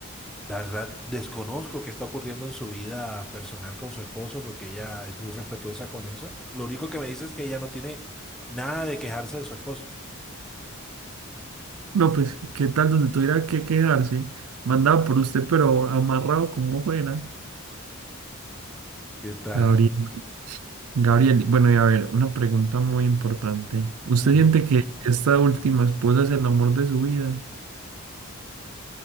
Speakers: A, in the centre; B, on the right.
A: La verdad, desconozco qué está ocurriendo en su vida personal con su esposo, porque ella es muy respetuosa con eso. Lo único que me dice es que ella no tiene nada de quejarse de su esposo.
B: No, pues, ¿qué tal donde tuviera que quejarse Mandado por usted, pero amarrado como fuera.
A: ¿Qué tal?
B: Gabriel. Gabriel, bueno, y a ver, una pregunta muy importante. ¿Usted
A: Ujú.
B: siente que esta última esposa es el amor de su vida?